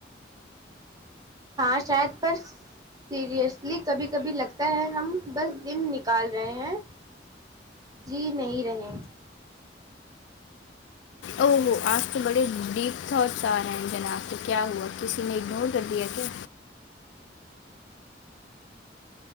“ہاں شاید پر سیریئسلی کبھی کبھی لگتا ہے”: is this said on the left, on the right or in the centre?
Right